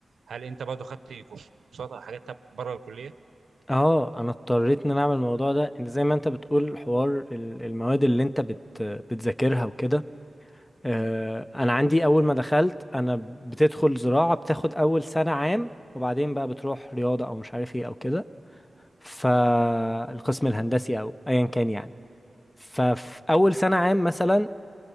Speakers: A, on the right; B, on the left.
A: هل انت برضه خدت كورسات او حاجات بره الكليه؟
B: اه انا اضطريت ان انا اعمل الموضوع ده ان زي ما انت بتقول حوار ال- المواد اللي انت بت بتذاكرها وكده آه، انا عندي اول ما دخلت انا بتدخل زراعة بتاخد اول سنة عام وبعدين بقى بتروح رياضة او مش عارف ايه او كده فالقسم الهندسي او ايا كان يعني ففي اول سنة عام مثلا